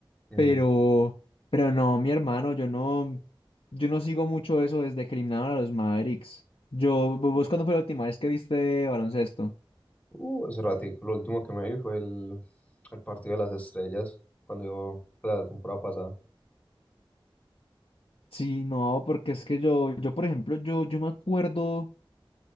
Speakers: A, on the left; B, on the left.
A: Ujú.
B: Pero, pero no, mi hermano, yo no, yo no sigo mucho eso desde que eliminaron a los Mavericks. Yo, vo- ¿vos cuándo fue la última vez que viste baloncesto?
A: Uh, hace ratico, lo último que me vi fue el, el partido de las estrellas, cuando yo, pues, la temporada pasada.
B: Sí, no, porque es que yo, yo, por ejemplo, yo, yo me acuerdo,